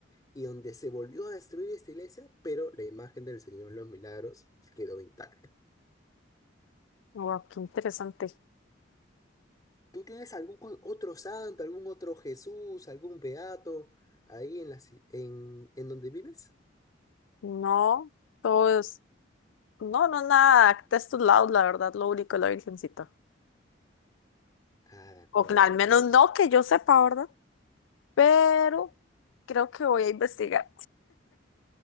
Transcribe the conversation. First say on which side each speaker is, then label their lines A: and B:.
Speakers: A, on the left (about 20°); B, on the left (about 85°).
A: y donde se volvió a destruir esta iglesia, pero la imagen del Señor de los Milagros quedó intacta.
B: wow, qué interesante.
A: ¿Tú tienes algún con- otro santo, algún otro Jesús, algún beato ahí en, la, ci- en, en donde vives?
B: No, todo es, no, no, nada, textos lados, la verdad, lo único es la Virgencita.
A: Ah, de acuerdo,
B: O que al
A: de acuerdo.
B: menos no que yo sepa, ¿verdad? Pero creo que voy a investigar.